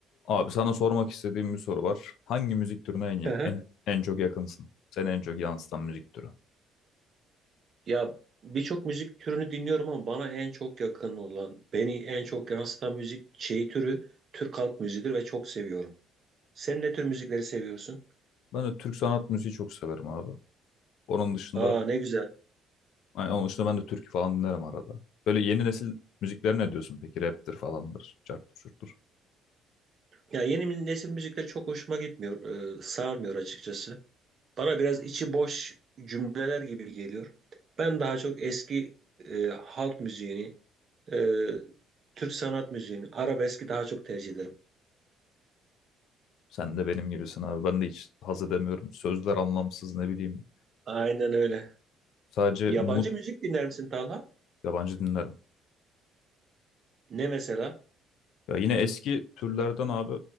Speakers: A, on the left (about 60°); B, on the right (about 45°).
A: Abi sana sormak istediğim bir soru var. Hangi müzik türüne en, ya-
B: Hı hı.
A: en, en çok yakınsın? Seni en çok yansıtan müzik türü.
B: Ya birçok müzik türünü dinliyorum ama bana en çok yakın olan, beni en çok yansıtan müzik şeyi türü Türk halk müziğidir ve çok seviyorum. Sen ne tür müzikleri seviyorsun?
A: Ben de Türk sanat müziği çok severim abi. Onun dışında,
B: Aa ne güzel.
A: yani onun dışında ben de türkü falan dinlerim arada. Böyle yeni nesil müziklere ne diyorsun peki? Rap'tir falandır, carttır çurttur.
B: Ya yeni nesil müzikleri çok hoşuma gitmiyor, e, sarmıyor açıkçası. Bana biraz içi boş cümleler gibi geliyor. Ben daha çok eski e, halk müziğini, e, Türk sanat müziğini, arabeski daha çok tercih ederim.
A: Sen de benim gibisin abi. Ben de hiç haz edemiyorum. Sözler anlamsız ne bileyim.
B: Aynen öyle.
A: Sadece
B: Yabancı
A: mu
B: müzik dinler misin Talha?
A: yabancı dinlerim.
B: Ne mesela?
A: Ya yine eski türlerden abi